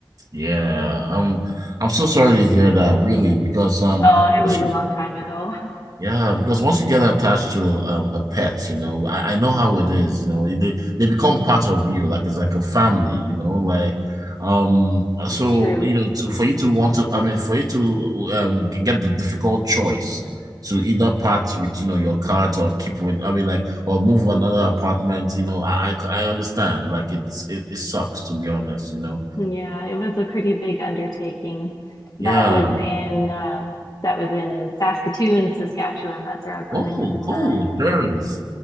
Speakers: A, on the right (about 50°); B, on the left (about 50°).
A: yeah. I'm I'm so sorry to hear that, really, because um,
B: Oh,
A: what's
B: it was
A: your,
B: a long time ago.
A: Yeah, because once you get attached to um, a pet, you know, I, I know how it is. You know, they
B: <laughs>
A: they become
B: hmm
A: part of you, like it's like a family. You know, like um, so
B: It's true.
A: you know, to for you to want to, I mean, for you to um get the difficult choice to either part with you know your cat or keep with, I mean, like or move to another apartment. You know, I I, I understand. Like it's it, it sucks to be honest. You know,
B: Yeah, it was a pretty big undertaking.
A: yeah.
B: That was in uh, that was in Saskatoon, Saskatchewan. That's where I was living
A: Oh,
B: at the time.
A: cool, cherries,